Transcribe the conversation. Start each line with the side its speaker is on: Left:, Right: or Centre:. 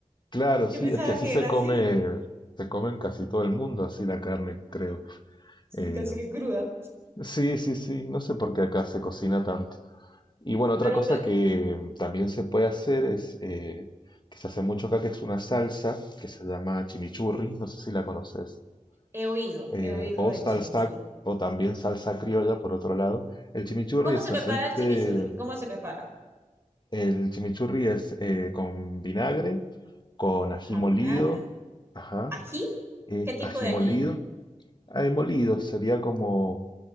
Left: Claro, sí,
Right: Yo pensaba
Left: es que así
Right: que
Left: se
Right: era
Left: come,
Right: así,
Left: se come en casi todo el mundo, así la carne, creo.
Right: sí,
Left: Eh,
Right: casi que cruda.
Left: Sí, sí, sí, no sé por qué acá se cocina tanto. Y bueno, otra
Right: Pero,
Left: cosa
Right: pero
Left: que mm, también se puede hacer es, eh, que se hace mucho acá, que es una salsa que se llama chimichurri, no sé si la conoces,
Right: he oído,
Left: eh,
Right: he oído
Left: o
Right: del
Left: salsa,
Right: chimichurri.
Left: o también salsa criolla, por otro lado. El chimichurri
Right: ¿Cómo
Left: es
Right: se prepara
Left: aceite,
Right: el chimichurri? ¿Cómo se prepara?
Left: el chimichurri es eh, con vinagre, con ají
Right: Ajá,
Left: molido,
Right: vinagre,
Left: ajá,
Right: ají.
Left: eh,
Right: ¿Qué tipo
Left: ají
Right: de
Left: molido,
Right: ají?
Left: ají molido sería como,